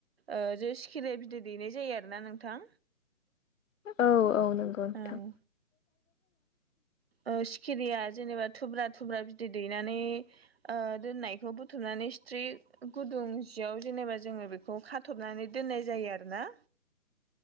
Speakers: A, on the right (about 50°); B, on the left (about 75°).
A: ओ जो सिखिरिया बिदै दैनाय जायो आरोना नोंथां।
B: औ औ नंगौ नोंथां
A: ओं ओ सिखिरिया जेनेबा थुब्रा थुब्रा बिदै दैनानै ओ दोननायखौ बुथुमनानै सिथ्रि गुदुं जियाव जेनेबा जोंङो बेखौ खा थबनानै दोननाय जायो आरोना।
B: <inaudible>